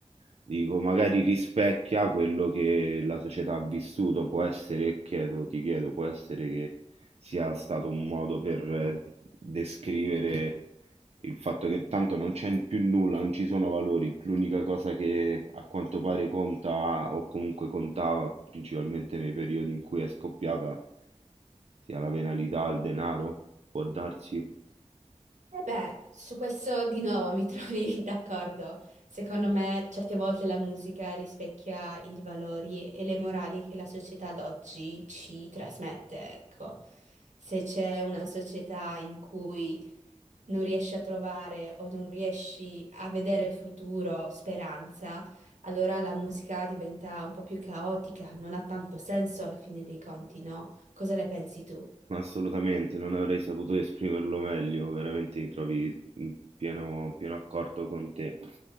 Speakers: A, on the right; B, on the right.
A: Dico, magari rispecchia quello che la società ha vissuto, può essere, chiedo, ti chiedo, può essere che sia stato un modo per eh, descrivere il fatto che tanto non c'è più nulla, non ci sono valori, l'unica cosa che a quanto pare conta o comunque contava, principalmente nei periodi in cui è scoppiata, sia la penalità, il denaro, può darsi.
B: E beh, su questo di nuovo mi trovi <laughs> d'accordo. Secondo me, certe volte la musica rispecchia i valori e le morali che la società d'oggi ci trasmette, ecco. Se c'è una società in cui non riesci a trovare o non riesci a vedere futuro, speranza, allora la musica diventa un po' più caotica, non ha tanto senso alla fine dei conti, no? Cosa ne pensi tu?
A: Assolutamente, non avrei saputo esprimerlo meglio, veramente mi trovi in pieno, pieno accordo con te.